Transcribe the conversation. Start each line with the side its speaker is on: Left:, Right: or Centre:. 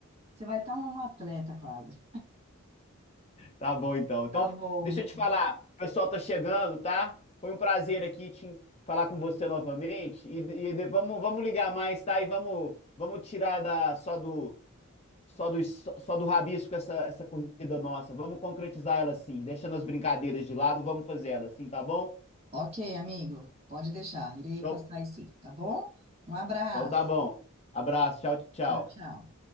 Right: você vai estar um atleta quase.
Left: Tá bom, então. Então,
Right: Tá bom,
Left: deixa
Right: né?
Left: eu te falar. O pessoal tá chegando, tá? Foi um prazer aqui te falar com você novamente. E, e de- vamos, vamos ligar mais, tá? E vamos, vamos tirar da, só do, só do, só do rabisco essa, essa corrida nossa. Vamos concretizar ela sim. Deixando as brincadeiras de lado, vamos fazer ela sim, tá bom?
Right: Ok, amigo, pode deixar. Irei
Left: Então,
Right: passar aí sim, tá bom? Um abraço.
Left: então tá bom. Abraço, tchau, tchau.
Right: Tchau, tchau.